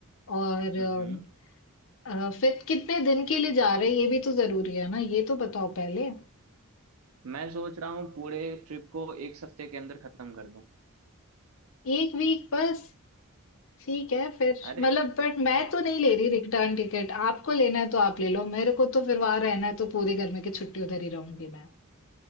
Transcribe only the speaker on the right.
हम्म
मैं सोच रहा हूँ पूरे ट्रिप को एक सप्ते के अंदर खत्म कर दूं
अरे